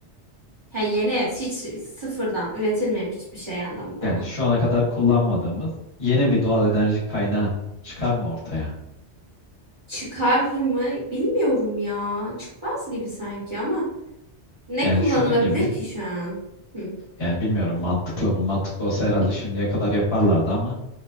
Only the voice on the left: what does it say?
Yani
şu ana kadar kullanmadığımız yeni bir doğal enerji kaynağı çıkar mı ortaya?
Yani
şunun gibi
yani bilmiyorum mantıklı mı? Mantıklı olsa herhalde şimdiye kadar yaparlardı ama